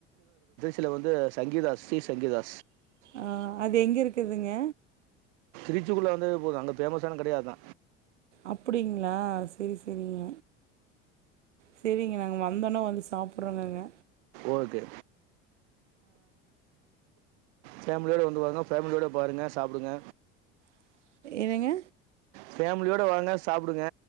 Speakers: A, on the right; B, on the right.
A: சில வந்து சங்கீதா சீ சங்கிதா
B: ஆ அது எங்க இருக்குதுங்க
A: திருச்சிக்குள்ள வந்தாவே போது அங்க ஃபேமஸான கடையே அதா
B: அப்டிங்ளா செரி செரிங்க செரிங்க நாங்க வந்தோனா வந்து சாப்புறங்கங்க
A: ஓகே ஃபேமிலியோட வந்து வாங்க ஃபேமிலியோட பாருங்க சாப்டுங்க
B: என்னங்க
A: ஃபேமிலியோட வாங்க சாப்டுங்க